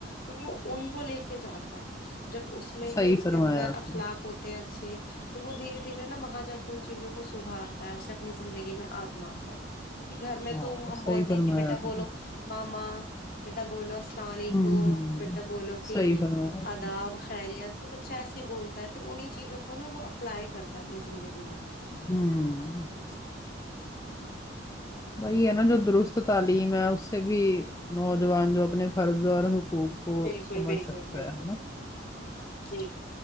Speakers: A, on the left; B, on the left.
A: تو وہ ان کو لے کے جاتا ہے جب اس میں
B: صحیح
A: ہی اس
B: فرمایا
A: کے اندر
B: آپ
A: اخلاق
B: نے
A: ہوتے ہیں اچھے تو وہ دھیرے دھیرے نا وہاں جا کے ان چیزوں کو سدھارتا ہے اسے اپنی زندگی میں آزماتا ہے کیونکہ گھر میں
B: ہاں
A: تو ہم
B: صحیح
A: بولتے
B: فرمایا
A: ہیں کہ بیٹا
B: آپ
A: بولو
B: نے
A: ماما بیٹا بولو السلام علیکم
B: ہوں ہوں
A: بیٹا بولو کہ
B: صحیح فرمایا آپ
A: آداب
B: نے
A: خیریت تو بچہ ایسے ہی بولتا ہے پھر انہیں چیزوں کو نا وہ اپلائی کرتا ہے اپنی زندگی میں
B: ہوں <inaudible> وہی ہے نا جو درست تعلیم ہے اس سے بھی نوجوان جو اپنے فرض اور حقوق کو
A: بالکل
B: سمجھ
A: بالکل
B: سکتا
A: بالکل
B: ہے نا
A: جی